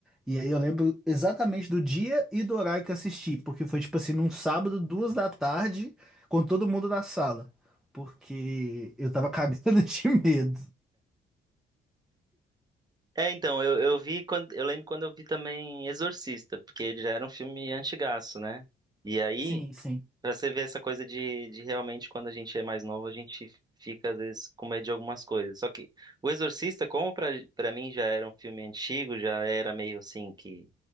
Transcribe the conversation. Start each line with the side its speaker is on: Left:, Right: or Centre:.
Centre: E aí eu lembro exatamente do dia e do horário que eu assisti, porque foi tipo assim, num sábado, duas da tarde, com todo mundo na sala, porque eu tava cagando <laughs> de medo.
Right: É, então, eu, eu vi quando. Eu lembro quando eu vi também Exorcista, porque ele já era um filme antigaço, né? E aí,
Centre: Sim, sim.
Right: pra você ver essa coisa de, de realmente quando a gente é mais novo, a gente fica, às vezes, com medo de algumas coisas. Só que o Exorcista, como pra, pra mim já era um filme antigo, já era meio assim que